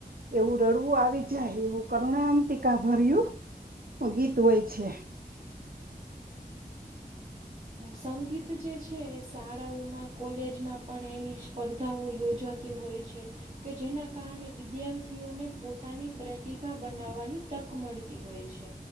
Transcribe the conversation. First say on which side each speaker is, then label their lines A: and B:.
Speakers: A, on the right; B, on the right.
A: એવું રડવું આવી જાય એવું કરુણા અંતીકા ભર્યું. ગીત હોય છે.
B: સંગીત જે છે એ શાળાઓમાં, કોલેજમાં પણ એની સ્પર્ધાઓ યોજા તી હોય છે, કે જેના કારણે વિદ્યાર્થીઓને પોતાની પ્રતિભા બનાવવાની તક મળતી હોય છે,